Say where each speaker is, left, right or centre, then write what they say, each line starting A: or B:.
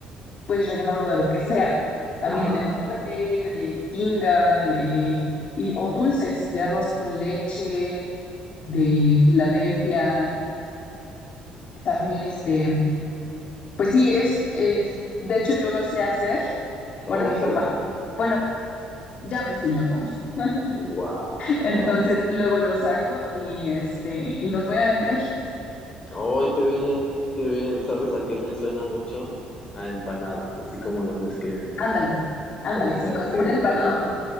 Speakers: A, on the left (about 50°); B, on the left (about 30°).
A: puedes rellenarlo de lo que sea, también
B: ajá.
A: de mole, de tinga, de y, o dulces, de arroz con leche, de Filadelfia, también este, pues sí, es, es, de hecho yo lo sé hacer,
B: Oh,
A: bueno, mi
B: sí.
A: papá, bueno, ya me enseñó cómo. <laughs>
B: Wow.
A: Entonces,
B: No, pues.
A: luego los hago y este y los voy a vender.
B: Ay, qué bien, qué bien. ¿Sabes a qué me suena mucho? A empanadas, así como los describes.
A: Ándale, ándale,
B: Como
A: sí,
B: que,
A: como
B: sí,
A: una empanada,
B: así. pues,